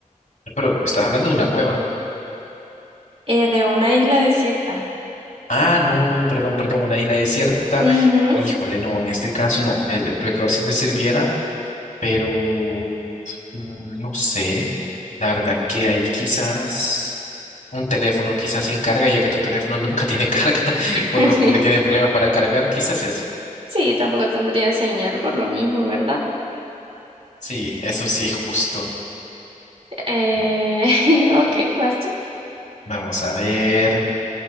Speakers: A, on the left; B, on the right.
A: Pero estás hablando de una cueva.
B: eh, de una isla desierta.
A: Ah, no, no, perdón, perdón, una isla desierta.
B: Ujú.
A: Híjole, no, en este caso no, el bloqueador sí te sirviera, pero mm, no sé, la verdad que ahí quizás... un teléfono quizás sin carga, ya que tu teléfono <laughs> nunca tiene carga, <laughs> por
B: <laughs>
A: lo, porque tiene problemas para cargar, quizás eso.
B: Sí, tampoco tendría señal por lo mismo, ¿verdad?
A: Sí, eso sí, justo.
B: Eh,
A: Va-
B: <laughs> ok, basta.
A: Vamos a ver.